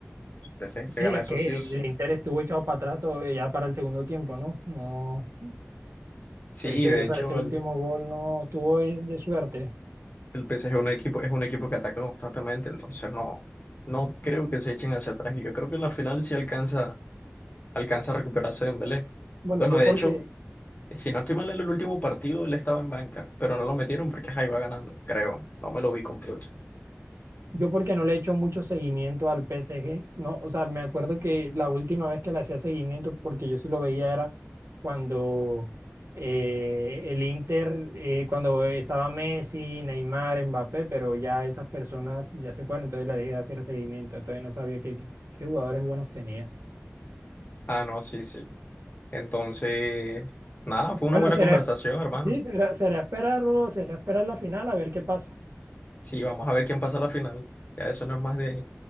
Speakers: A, on the left (about 40°); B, on the right (about 75°).
A: El PSG se
B: Sí,
A: gana
B: es
A: esos
B: que
A: sí o
B: el
A: sí.
B: Inter estuvo echado para atrás todo- ya para el segundo tiempo, ¿no? No,
A: Sí,
B: ese,
A: de
B: o
A: hecho,
B: sea, ese último
A: el,
B: gol no tuvo es de suerte.
A: el PSG es un equipo, es un equipo que ataca constantemente, entonces no, no creo que se echen hacia atrás. Y yo creo que en la final sí alcanza, alcanza a recuperarse Dembélé.
B: Bueno,
A: Bueno,
B: yo
A: de
B: porque,
A: hecho, si no estoy mal en el último partido, él estaba en banca, pero no lo metieron porque ahí va ganando, creo. No me lo vi completo.
B: yo porque no le he hecho mucho seguimiento al PSG, no, o sea, me acuerdo que la última vez que le hacía seguimiento, porque yo sí lo veía era cuando eh, el Inter, eh, cuando estaba Messi, Neymar, Mbappé, pero ya esas personas ya se fueron, entonces le dejé de hacer seguimiento, entonces no sabía qué, qué jugadores buenos tenía.
A: Ah, no, sí, sí. Entonces, nada, fue
B: Bueno,
A: una buena
B: será,
A: conversación, hermano.
B: sí, será, será esperarlo, será esperar la final a ver qué pasa.
A: Sí, vamos a ver quién pasa a la final. Ya eso no es más de ahí.